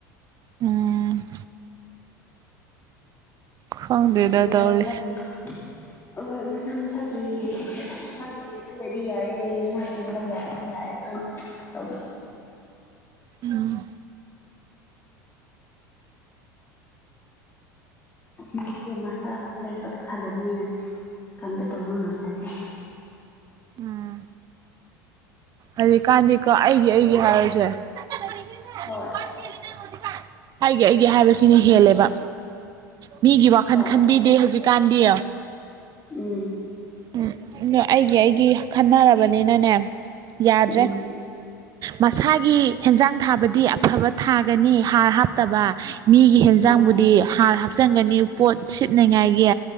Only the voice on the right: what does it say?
ꯎꯝ ꯈꯪꯗꯦꯗ
ꯇꯧꯔꯤꯁꯦ
ꯎꯝ
ꯎꯝ ꯍꯧꯖꯤꯛꯀꯥꯟꯗꯤꯀꯣ ꯑꯩꯒꯤ ꯑꯩꯒꯤ ꯍꯥꯏꯔꯁꯦ <unintelligible>
ꯑꯩꯒꯤ ꯑꯩꯒꯤ ꯍꯥꯏꯕꯁꯤꯅ ꯍꯦꯜꯂꯦꯕ ꯃꯤꯒꯤ ꯋꯥꯈꯜ
ꯈꯟꯕꯤꯗꯦ ꯍꯧꯖꯤꯛꯀꯥꯟꯗꯤ
ꯎꯝ ꯑ ꯑꯩꯒꯤ ꯑꯩꯒꯤ ꯈꯟꯅꯔꯕꯅꯤꯅꯅꯦ ꯌꯥꯗ꯭ꯔꯦ
ꯃꯁꯥꯒꯤ ꯍꯦꯟꯖꯥꯡ ꯊꯥꯕꯗꯤ ꯑꯐꯕ ꯊꯥꯒꯅꯤ ꯍꯥꯔ ꯍꯥꯞꯇꯕ ꯃꯤꯒꯤ ꯍꯦꯟꯖꯥꯡꯕꯨꯗꯤ
ꯍꯥꯔ ꯍꯥꯞꯆꯟꯒꯅꯤ ꯄꯣꯠ ꯁꯤꯠꯅꯉꯥꯏꯒꯤ